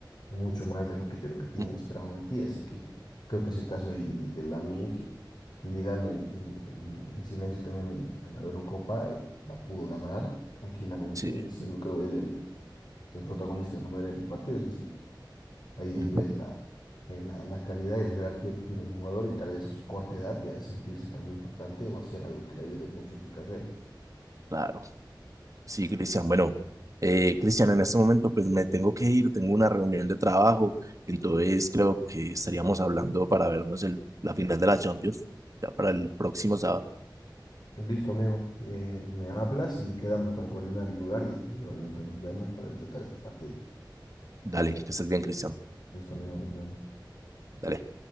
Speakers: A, on the left; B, on the right.
A: mucho más de lo que, de lo que tienen
B: Mm,
A: esperado de ti. Así que creo que es el caso de, de, de Lamine, que, que llegando en, en- en- en silencio también a la Eurocopa, eh, la pudo ganar tranquilamente,
B: Sí,
A: y siendo creo él el, el protagonista en la mayoría de los partidos. Así que ahí, ahí
B: Mm,
A: ves la, eh, la, la calidad y la jerarquía que tiene un jugador y tal vez a su corta edad y a sentirse tan importante va a ser algo que le ayude mucho en su carrera.
B: Claro. Sí, Cristian, bueno, eh, Cristian, en este momento pues me tengo que ir, tengo una reunión de trabajo, entonces creo que estaríamos hablando para vernos el, la final de la Champions, ya para el próximo sábado.
A: Listo, amigo. Eh, me hablas y quedamos para coordinar el lugar y, y obviamente nos vemos para disfrutar este partido.
B: Dale, que estés bien, Cristian,
A: Listo, amigo, nos vemos.
B: dale.